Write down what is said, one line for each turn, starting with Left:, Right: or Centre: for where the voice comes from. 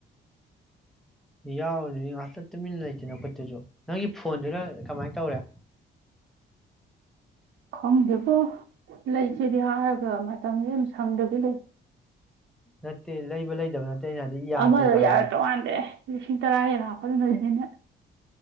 Centre: ꯌꯥꯎꯔꯨꯅꯤ ꯉꯥꯛꯇ ꯇꯨꯃꯤꯟꯅ ꯂꯩꯇꯦ ꯅꯈꯨꯠꯇꯨꯁꯨ ꯅꯪꯒꯤ ꯐꯣꯟꯗꯨꯅ ꯀꯃꯥꯏꯅ ꯇꯧꯔꯦ
Right: ꯈꯪꯗꯦꯕꯣ ꯂꯩꯁꯤꯗꯤ ꯍꯥꯏꯔꯒ ꯃꯇꯝꯁꯦ ꯌꯥꯝ ꯁꯪꯗꯕꯤ ꯂꯩ
Centre: ꯅꯠꯇꯦ ꯂꯩꯕ ꯂꯩꯗꯕ ꯅꯠꯇꯦ ꯑꯩꯅ ꯍꯥꯏꯗꯤ ꯌꯥꯗ꯭ꯔꯤꯗꯣ
Right: ꯑꯃꯗꯣ
Centre: ꯍꯥꯏꯕꯅꯤ
Right: ꯌꯥꯔꯛ ꯇꯧ ꯃꯥꯟꯗꯦ ꯂꯤꯁꯤꯡ ꯇꯔꯥ ꯍꯦꯟꯅ ꯍꯥꯞꯐꯟꯕꯅꯤꯅ